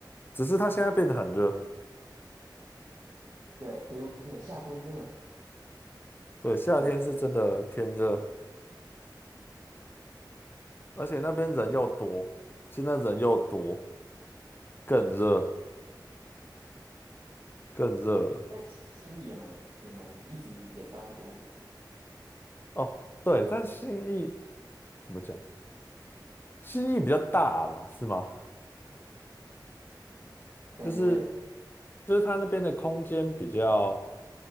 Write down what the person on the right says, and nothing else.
对对对，夏天真的
真的
对，
但信意也蛮也蛮意思也差不多，
感觉